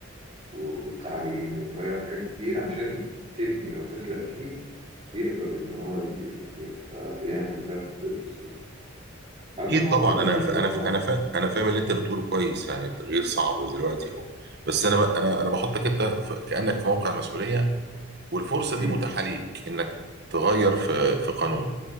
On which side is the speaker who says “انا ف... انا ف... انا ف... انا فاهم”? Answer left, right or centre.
Right